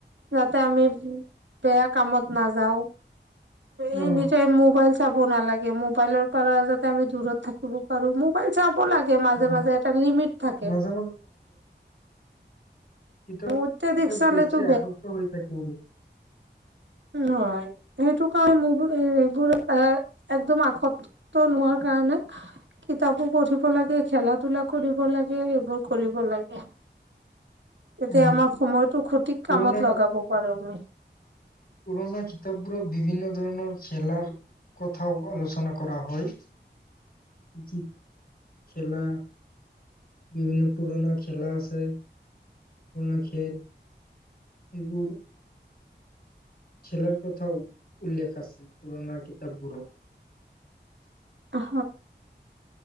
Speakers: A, on the right; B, on the left.
A: যাতে আমি বেয়া কামত নাযাও এই
B: অ
A: নিজয় মোবাইল চাব নালাগে মোবাইলৰ পাৰা যাত- তে আমি দূৰত থাকিব পাৰো মোবাইল চাম লাগে মাজে
B: অ
A: মাজে এটা লিমিট থাকে
B: মাজে কিতাপ-পত
A: অত্যাধিক চালেতো
B: বেছি আসক্ত হৈ থাকো
A: উম হয়। সেইটো কাৰণ মোবাইল এইবোৰ এ একদম আসক্ত নোহোৱাৰ কাৰণে কিতাপো পঢ়িব লাগে খেলা ধূলা কৰিব লাগে এইবোৰ কৰিব লাগে। এতিয়া
B: অ
A: আমাৰ সময়টো সঠিক
B: পুৰণা
A: কামত লগাব পাৰো আমি
B: পুৰণা কিতাপবোৰত বিভিন্ন ধৰণৰ খেলাৰ কথাও আলোচনা কৰা হয় কি-খেলা? বিভিন্ন পুৰণা খেলা আছে পুৰণা খেল এইবোৰ খেলাৰ কথাও উল্লেখ আছে পুৰণা কিতাপবোৰত
A: আমি